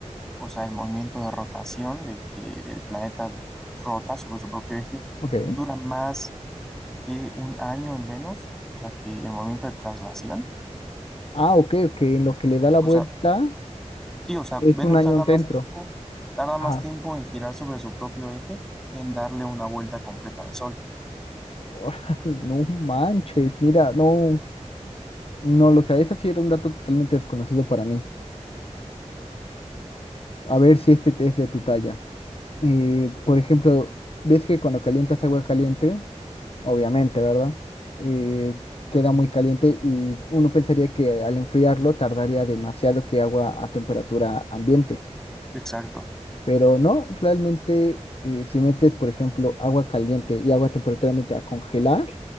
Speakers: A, in the centre; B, on the left.
A: o sea, el movimiento de rotación de que el planeta rota sobre su propio eje,
B: Ok.
A: dura más que un año en Venus? O sea, que el movimiento de traslación.
B: Ah, ok, ok. En lo que le da la
A: O
B: vuelta
A: sea, sí, o sea,
B: es
A: Venus
B: un año
A: tarda
B: dentro.
A: más tiempo, tarda más
B: Ajá.
A: tiempo en girar sobre su propio eje que en darle una vuelta completa al Sol.
B: <laughs> no manches, mira, no. No lo sé, ese sí era un dato totalmente desconocido para mí. A ver si este es de tu talla. Eh, por ejemplo, ves que cuando calientas agua caliente, obviamente, ¿verdad? Eh, queda muy caliente y uno pensaría que al enfriarlo tardaría demasiado que agua a temperatura ambiente.
A: Exacto.
B: Pero no, realmente eh, si metes, por ejemplo, agua caliente y agua a temperatura ambiente a congelar,